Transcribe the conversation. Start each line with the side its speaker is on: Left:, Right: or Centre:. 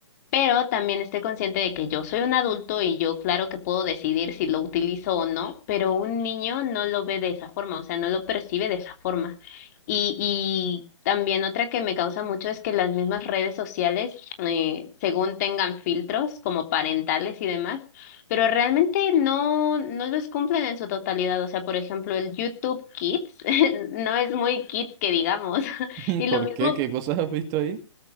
Left: Pero también estoy consciente de que yo soy un adulto y yo claro que puedo decidir si lo utilizo o no, pero un niño no lo ve de esa forma, o sea, no lo percibe de esa forma. Y, y también otra que me causa mucho es que las mismas redes sociales, eh, según tengan filtros como parentales y demás, pero realmente no, no los cumplen en su totalidad. O sea, por ejemplo, el YouTube Kids <laughs> no es muy kids que digamos. <laughs>
Right: <laughs>
Left: Y
Right: ¿Por
Left: lo mismo
Right: qué? ¿Qué cosas has visto ahí?